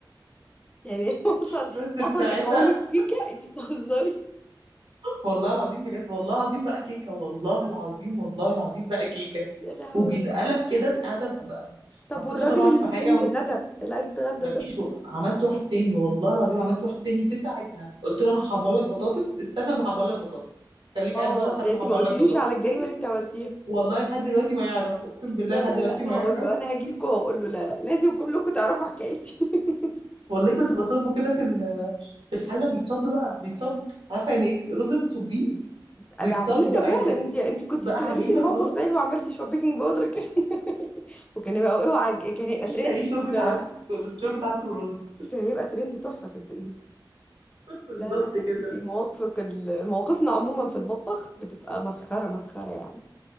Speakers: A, on the left; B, on the right.
A: يعني وصل
B: بس
A: وصل
B: في ساعتها
A: لقوام الكيكه انت بتهزري
B: والله العظيم بجد والله العظيم بقى كيكه والله العظيم والله العظيم بقى كيكه
A: يا لهوي
B: وبيتقلب كده بي- قاعده ب- ب-
A: طب
B: حطيته
A: والراجل
B: طبعا
A: اللي
B: في
A: مستني
B: حاجه
A: الغدا اللي عايز يتغدى
B: ومفيش
A: ده
B: و... عملت واحد تاني والله العظيم عملت واحد تاني في ساعتها قلت له انا هحمر لك بطاطس استنى ما احمر لك بطاطس خليك
A: اه
B: قاعد بره لحد
A: يعني
B: ما
A: انت
B: احمر
A: ما قلتليش
B: لك بطاطس
A: على الجريمه اللي انت عملتيها
B: والله لحد دلوقتي ما يعرف اقسم بالله
A: لا
B: لحد
A: لا
B: دلوقتي
A: لا انا
B: ما
A: هقول
B: يعرف
A: له انا هاجي لكم وهقول له لا لا لازم كلكم تعرفوا حكايتي <laughs>
B: <laughs> والله كنت بصبه كده في ال- في الحله بيتصب بقى بيتصب عارفه يعني ايه رز بتصبيه
A: ده
B: بيتصب
A: عجينه
B: قاعد
A: فعلا
B: ب-
A: انت انت كنت
B: بقى
A: استغلتي
B: عجينه
A: الموقف
B: خلاص
A: صحيح وعملتي شويه بيكنج باودر كده <laughs> وكان هيبقى اوعى كان هيبقى ترند
B: تعملي شوربة
A: كنت أرى.
B: عدس بس شوربة عدس بالرز
A: كان هيبقى ترند تحفه صدقيني
B: بالظبط
A: لا لا لا
B: كده
A: دي مواقفك ال- مواقفنا عموما في المطبخ بتبقى مسخرة مسخرة يعني